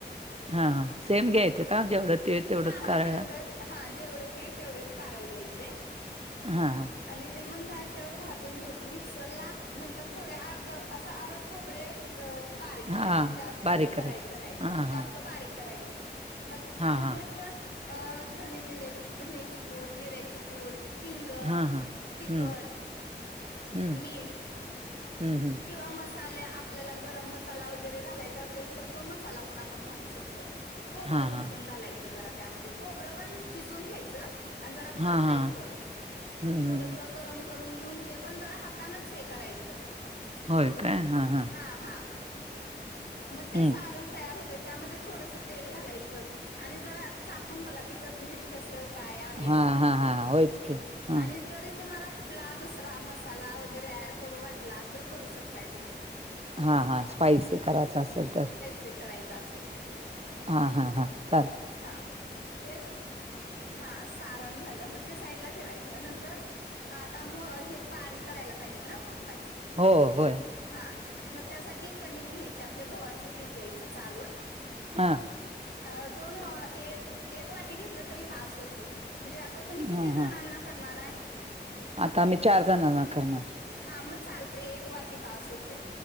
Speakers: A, on the right; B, on the left.
A: हा हा सेम
B: हम्म.
A: घ्यायचं का, जेवढं तीळ तेवढंच
B: हा
A: कारळं?
B: हा जेवढं हा जेवढे तीळ, तेवढेच कारळ घ्यायचे.
A: हां हां
B: आणि ते मंद आचेवर भाजून घेऊन, मिक्सरला नंतर थोडे अर्ध असा आरद बोबडे बारीक
A: हा
B: करायचं,
A: हा
B: जास्त
A: बारीक
B: हे करायचं नाही,
A: हा हा
B: जास्त बारीक करायचं नाही. मग त्यामध्येच
A: हा हा
B: अं धने जिरे, धनेची पूड, जिऱ्याची पूड हिंग,
A: हा हा हम्म
B: तिखट
A: हम्म
B: मीठ
A: हम्म हम्म
B: किंवा मसाले आप आपल्याला गरम मसाला वगैरे घालायचा असेल तर, तो मसाला पण आपण घालू शकतोय. खोबरं
A: हा हा
B: खिसून घालायचं जरा त्यामध्ये, खोबरं पण खिसून घ्यायचं. आणि जरा
A: हा
B: परतायचं
A: हा हम्म
B: थोडसं
A: हम्म
B: गरम करून घेऊन, ते पण जरा हातानच हे करायचं.
A: होय
B: खोबरं,
A: काय हा हा
B: हां हां मं ते
A: हम्म
B: सारण तयार होतंय, त्यामध्ये थोडस तेल घालायचं. आणि जरा चाकून बघा तिखट, मीठ. कसं काय आहे,
A: हा हा हा होयच की हा
B: आणि जरी तुम्हाला कुठला दुस रा मसाला वगैरे ऍड करू वाटला तर, करू शकताय तुम्ही.
A: हा हा स्पायसी करायचा असेल तर.
B: ते करायच असेल तर
A: हा हा हा चालतंय.
B: हा हेच हा सारण झालं मं ते साईड ला ठेवायचं, नंतर आता हे पारी करायला पाहिजे ना मोदकाची?
A: हो होय.
B: हा मं त्यासाठी कणिक घ्यायचे, आपल्या गव्हाचं पीठ घ्यायचं चाळून
A: हां
B: अ दोन एक एक वाटी घेतलं तरी बास होत म्हणजे आ तर तुम्ही किती
A: हा
B: जणांना
A: हा
B: करणार आहे?
A: आता मी चार जणांना करणार.
B: हा मग चालतंय, एक वाटी बास होतंय.